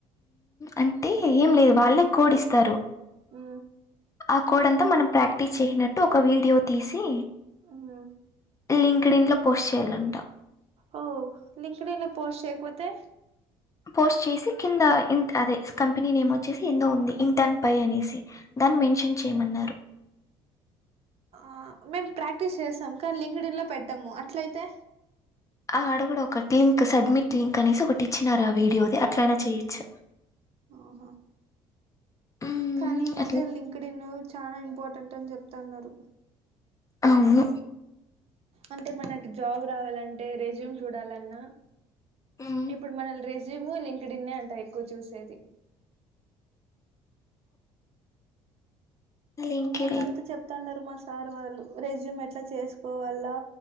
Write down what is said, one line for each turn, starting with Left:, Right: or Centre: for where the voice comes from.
Left: అంటే ఏం లేదు వాళ్ళకు కోడి ఇస్తారు
Right: మ్
Left: ఆకోడ్ అంత మనం ప్రాక్టీస్ చేయినట్టు ఒక వీడియో తీసి
Right: ఉహు
Left: లింక్డ్ ఇన్ లో పోస్ట్ చేయాలం అంటా
Right: ఓ లింకడలో పోస్ట్ చేయకపోతే
Left: పోస్ట్ చేసి కింద ఇ అదే కంపెనీ నేమ్ వచ్చేసి ఎందో ఉంది ఇంటర్న్ పై అనేసి దాన్ని మెన్షన్ చేయమన్నారు
Right: ఆ మేము ప్రాక్టీస్ చేస్తాం కానీ లింకడిన్లో పెట్టాము అట్ల అయితే
Left: ఆ అడగుడ ఒక లింక్ సబ్మిట్ లింక్ అనేసి ఒకటి ఇచ్చినారు ఆ వీడియోది అట్ల అయినా చేయొచ్చు
Right: ఆహా
Left: మ్మ్
Right: కానీ ఈ మధ్య
Left: అట్లా
Right: లింక్డ్ ఇన్ చాలా ఇంపార్టెంట్ రటన్ చెప్తా అన్నారు
Left: అవును
Right: అంటే మనకు జాబ్ రావాలంటే రెజ్యూమ్ చూడాల అన్నా
Left: మ్మ్
Right: ఇప్పుడు మనల్ రేస్జ్యూ జేమ్మల లింకెడిన్ అంటా ఎక్కువ చూసేది
Left: లింక్డ్ఇన్
Right: మొన్న అంతా చెప్తాండరూ మన్ సార్ వాళ్ళు రెజ్యూమ్ ఎట్లా చేసుకోవాల